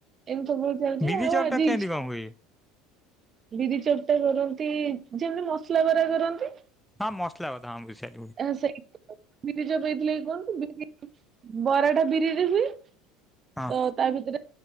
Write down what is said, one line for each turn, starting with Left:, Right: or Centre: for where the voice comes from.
Right: ଏମିତି ସବୁବେଳେ ଚାଲିଛି
Centre: ବିରି
Right: ଆଉ
Centre: ଚପ୍
Right: ଆଜି
Centre: ଟା କେମିତି
Right: ଇଚ୍ଛା
Centre: କଣ ହୁଏ?
Right: ବିରି ଚପଟା କରନ୍ତି ଯେମିତି ମସଲା ବରା କରନ୍ତି।
Centre: ହଁ ମସଲା ବରା ହ ବୁଝିଲି।
Right: ଏ ସେ ମିରିଜାପଇଥିଲ <unintelligible> କଣ। ବିରି ବରା ଟା ବିରିରେ ହୁଏ
Centre: ହଁ
Right: ତ ତା ଭିତରେ